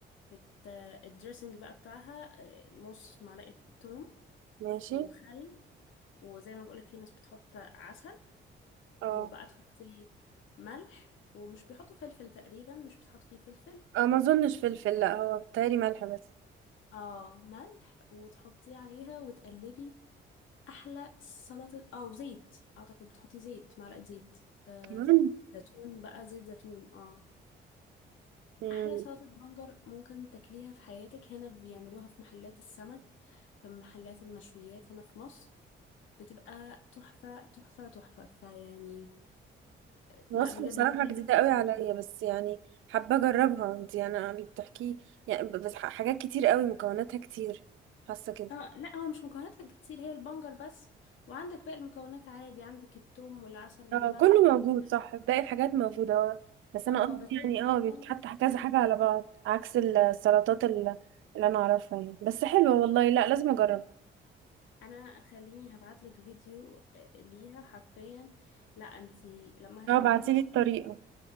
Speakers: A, on the left (about 80°); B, on the right (about 85°).
A: بت... الدريسنج بقى بتاعها إيه، نص معلقة توم
B: ماشي
A: وخل وزي ما بقولك في ناس بتحط عسل
B: اه
A: وبقى تحطي ملح ومش بيحطوا فلفل تقريبا مش بتحط فيه فلفل
B: آه، ما اظنش فلفل لا هو بتهيألي ملح بس
A: اه ملح وتحطيه عليها وتقلبي احلى سلطة او زيت اعتقد بتحطي زيت معلقة زيت آه
B: كمان
A: زيتون بقى زيت زيتون اه
B: مم.
A: احلى سلطة بنجر ممكن تاكليها في حياتك هنا بيعملوها في محلات السمك في محلات المشويات هنا في مصر بتبقى تحفة تحفة تحفة فيعني
B: وصفة
A: لا بجد
B: بصراحة
A: انت فايتك
B: جديدة قوي
A: كتير
B: عليا بس يعني حابة اجربها انت يعني اللي بتحكيه يعني ب- بس ح- حاجات كتير قوي مكوناتها كتير حاسة كده
A: اه لا هو مش مكوناتها كتير هي البنجر بس وعندك باقي المكونات عادي عندك الثوم والعسل والملح
B: اه كله
A: والخل
B: موجود صح باقي الحاجات موجودة اه بس أنا
A: اه
B: قصدي
A: بس هي
B: يعني اه
A: الفكرة
B: بيتحط
A: انت
B: كذا
A: تدوقيه
B: حاجة على بعض عكس السلطات ال- اللي أنا أعرفها يعني بس حلوة والله لا لازم أجرب
A: انا خليني هبعتلك فيديو آه، ليها حرفيا لا انت لما هتعمليها
B: اه بعتيلي
A: مش
B: الطريقة
A: هت...